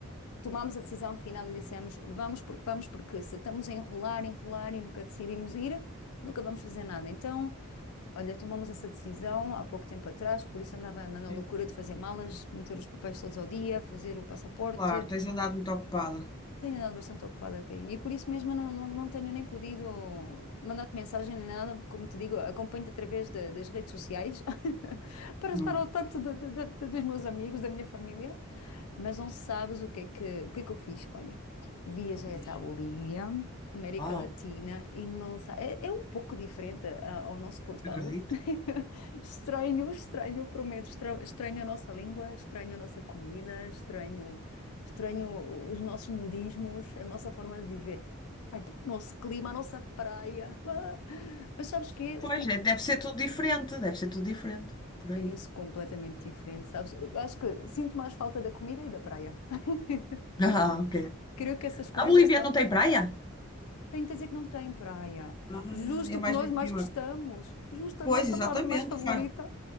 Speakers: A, on the left (about 85°); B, on the left (about 20°).
A: tomámos a decisão final e dissemos vamos porque vamos, porque se estamos a enrolar, enrolar e nunca decidimos ir, nunca vamos fazer nada. Então. Olha, tomamos essa decisão há pouco tempo atrás, por isso andava na na
B: Sim.
A: loucura de fazer malas, meter os papéis todos ao dia, fazer o passaporte.
B: Claro, tens andado muito ocupada.
A: Tenho andado bastante ocupada, carinha, e por isso mesmo eu não, não, não tenho nem podido mandar-te mensagem nem nada, porque, como te digo, acompanho-te através da- das redes sociais <laughs> para
B: Hum,
A: estar ao tanto de- de- de- dos meus amigos, da minha família. Mas não sabes o que é que, o que é que eu fiz? Olha, viajei
B: Diz,
A: até a Bolívia, América
B: uau,
A: Latina, e não sa- é, é um pouco diferente ah, ao nosso Portugal.
B: acredito.
A: <laughs> Estranho, estranho, prometo, estra- estranho a nossa língua, estranho a nossa comida, estranho, estranho os nossos modismos, a nossa forma de viver. Até o nosso clima, a nossa praia. <laughs> Ah, Mas sabes que
B: Pois
A: tem,
B: é, deve ser tudo diferente, deve ser tudo diferente por aí.
A: é nisso completamente diferente, sabes? Eu acho que sinto mais falta da comida e da praia. <laughs>
B: <laughs> Ah, ok.
A: Creio que essas coisas
B: A Bolívia
A: já estão.
B: não tem praia?
A: Tenho que dizer que não tem praia.
B: ah,
A: Justo
B: é
A: o
B: mais
A: que nós
B: no interior.
A: mais gostamos, justo a
B: Pois,
A: nossa
B: exatamente.
A: parte mais favorita.
B: Faz.